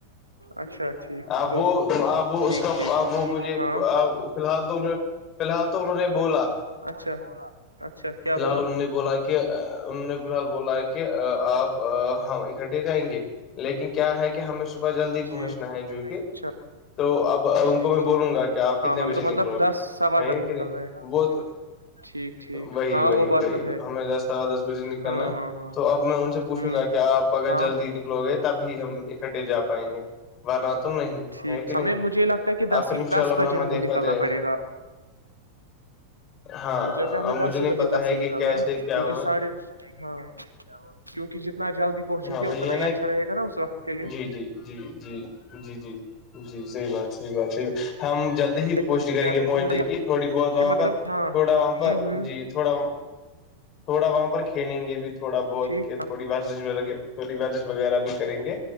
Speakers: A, on the right (about 85°); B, on the left (about 35°).
A: اچھا ٹھیک
B: آپ
A: دو
B: وہ
A: سو
B: آپ وہ
A: ٹھیک
B: اس کا
A: ٹھیک
B: آپ وہ مجھے فی
A: ہاں
B: الحال تو انہیں فی الحال تو انہوں نے بولا
A: اچھا اچھا کیا
B: فی الحال
A: بولا
B: انہوں نے بولا کہ ان نے فی الحال بولا کہ آپ ہاں اکٹے جائیں گے لیکن کیا ہے کہ ہمیں صبح جلدی پہنچنا
A: ٹھیک
B: ہے جو کہ
A: اچھا
B: تو اب ان
A: ٹھیک
B: کو میں
A: ٹھیک
B: بولوں گا کہ آپ کتنے
A: ہاں ہمیں
B: بجے
A: تو
B: نکلو
A: مطلب دس
B: گے
A: سوا
B: ہے
A: دس
B: کہ
A: نکل
B: نہیں
A: رہا ہے
B: وہ تو
A: ٹھیک ٹھیک
B: وہی
A: ہاں
B: وہی
A: وہ بات
B: وہی
A: تو ہے
B: ہمیں دس ا دس بجے نکلنا
A: ہاں ہاں ہاں
B: تو اب میں ان سے پوچھوں
A: ہ
B: گا کہ آپ اگر
A: ہاں
B: جلدی نک لوگ ہیں تب ہی ہم اکٹڈھے جا پائیں گے وارناتون نہیں
A: ٹھیک
B: ہے کہ نہیں
A: ہمیں مجھے یہ لگتا ہے کہ دس
B: آپ پھر
A: ہی
B: ان شاء
A: دس
B: اللہ
A: بجے
B: رحمہ
A: ہمیں
B: دیکھا
A: نکلنا
B: جائے
A: پڑے گا
B: ہاں
A: مجھے کہ ہمیں
B: اب
A: دس
B: مجھے نہیں
A: ہی بجے
B: پتا
A: گھر
B: ہے
A: سے
B: کہ
A: نکل
B: کیسے
A: رہے ہے
B: کیا
A: کیونکہ
B: ہوگا
A: ساڑھے ہاں کیونکہ جتنا جلدی پہنچیں
B: ہاں
A: گے
B: وہی
A: اتنا
B: ہے
A: ہی
B: نا
A: اچھا
B: ایک
A: رہے گا نا اس وقت کے لیے
B: جی جی جی جی جی جی جی صحی بات صحی بات صحیح بات ہم جلدی ہی کوشش
A: تو میں
B: کریں
A: کیا
B: گے
A: تھا
B: پہنچنے
A: کہ مجھے
B: کی تھوڑی بہت وہاں
A: کہ مطلب
B: پر تھوڑا
A: ہاں ہ
B: وہاں پر
A: ہ
B: جی تھوڑا تھوڑا وہاں پر کھیلیں گے بھی تھوڑا بہت
A: ٹھیک
B: کہ تھوڑی ورزش ور تھی بش وغیرہ بھی کریں گے